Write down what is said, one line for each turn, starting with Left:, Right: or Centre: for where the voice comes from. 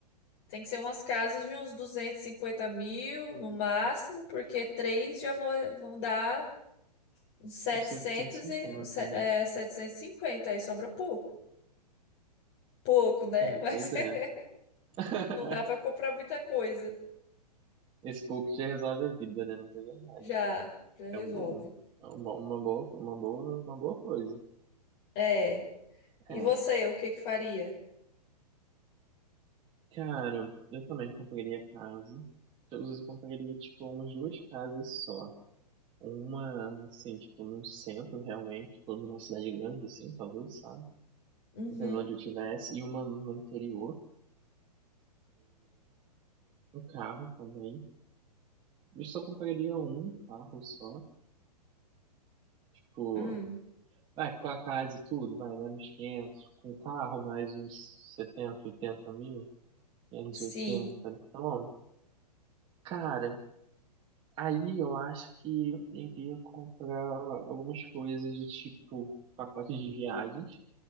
Left: Tem que ser umas casas de uns 250 mil no máximo, porque três já vão, vão dar uns setecentos
Right: uns setecentos e cinquenta
Left: e, se-
Right: né?
Left: é, 750, aí sobra pouco. Pouco, né?
Right: É,
Left: Mas
Right: pois
Left: <laughs>
Right: é. <laughs>
Left: não dá para comprar muita coisa.
Right: Esse pouco já resolve a vida, né? Mas é verdade.
Left: Já, já resolve.
Right: É um bom, é um bom, uma boa, uma boa, uma boa coisa.
Left: É. E
Right: É,
Left: você, o que que faria?
Right: cara, eu também compraria casa. Às vezes Eu compraria, tipo, umas duas casas só. Uma, assim, tipo, num centro realmente, tipo, numa cidade grande, assim, talvez, sabe?
Left: Uhum.
Right: Dependendo onde eu tivesse, e uma no interior, um carro também. Eu só compraria um carro só, tipo,
Left: Hum.
Right: vai, com a casa e tudo, vai, vai nos 500 com o carro mais uns setenta oitenta mil, menos
Left: Sim.
Right: oitenta Então, cara, aí eu acho que eu iria comprar algumas coisas de tipo, pacote de viagens,